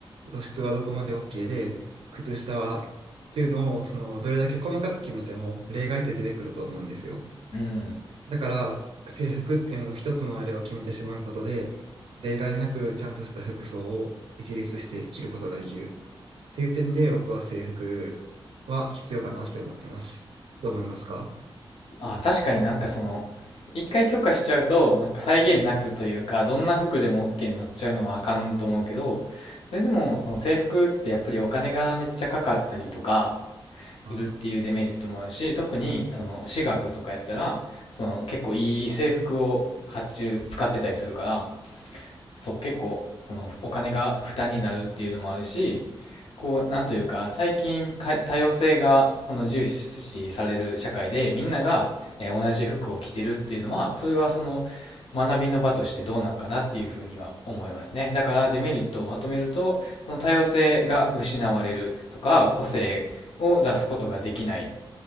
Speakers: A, on the right; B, on the left.
A: 露出はどこまで OK で、靴下はっていうのを、その、どれだけ細かく決めても例外って出てくると思うんですよ。
B: うん。
A: だから、制服ってもう一つのあれを決めてしまうことで、例外なくちゃんとした服装を一律して着ることができる。っていう点で、僕は制服は必要かなって思ってます。どう思いますか
B: あ、確かになんかその、一回許可しちゃうと、なんか際限なくというか、どんな服でも OK になっちゃうのはあかんと思うけど、それでもその制服ってやっぱりお金がめっちゃかかったりとか、
A: うん
B: するっていうデメリットもあるし、
A: ああ
B: 特にその私学とかやったら、その結構いい制服を発注使ってたりするから、そう、結構、その、お金が負担になるっていうのもあるし、こう、なんというか、最近か、多様性が、この重視される社会で、みんなが、えー同じ服を着てるっていうのは、それはその、学びの場としてどうなんかなっていうふうには思いますね。だからデメリットをまとめると、その多様性が失われるとか、個性を出すことができない